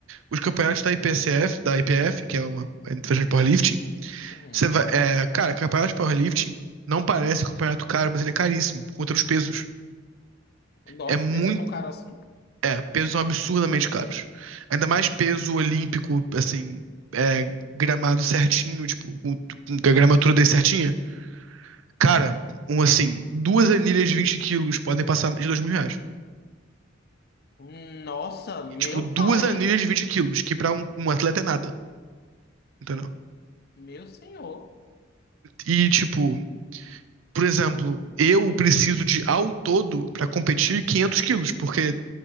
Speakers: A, on the right; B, on the left.
A: os campeonatos da IPCF, da IPF, que é a Federação de Powerlifting,
B: Uhum.
A: Você vai, é, cara, campeonato de powerlifting não parece campeonato caro, mas ele é caríssimo por conta dos pesos.
B: Nossa,
A: É muito.
B: o peso é tão caro assim?
A: É, pesos são absurdamente caros. Ainda
B: Nossa.
A: mais peso olímpico, assim, é, gramado certinho, tipo, com com a gramatura dele certinha. Cara, um assim, duas anilhas de 20 quilos podem passar de dois mil reais.
B: Nossa, meu
A: E, tipo, duas
B: pai.
A: anilhas de 20 quilos, que pra um, um atleta é nada, entendeu?
B: Meu senhor.
A: E, tipo, por exemplo, eu preciso de, ao todo, pra competir, 500 quilos, porque